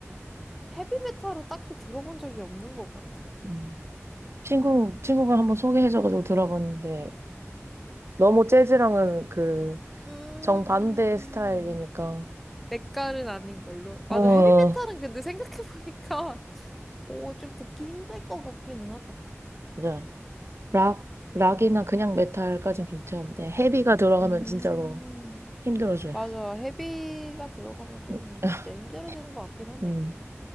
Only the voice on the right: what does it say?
음. 친구 친구가 한번 소개해줘가지고 들어봤는데 너무 재즈랑은 그
정반대 스타일이니까
어
맞아 락 락이나 그냥 메탈까진 괜찮은데 헤비가 들어가면
진짜로 힘들어져요.
<laughs>
음.